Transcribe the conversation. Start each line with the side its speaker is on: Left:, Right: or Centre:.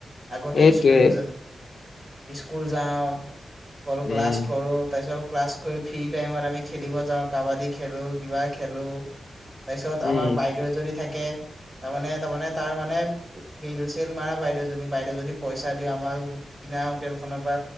Right: আগতে
Left: এইটোৱে
Right: স্কুল, স্কুল যাওঁ। অলো
Left: উম,
Right: ক্লাছ কৰো তাৰ পিছত ক্লাছ ফ্ৰী টাইমত আমি খেলিব যাওঁ কাবাডী খেলো কিবা খেলো তাৰপিছত
Left: উম,
Right: আমাৰ বাইদেউ যদি থাকে তাৰমানে তাৰমানে তাৰ মানে বেল চেল মাৰা বাইদেউজনী বাইদেউজনী পইচা দি আমাৰ হোটেল খনৰ পৰা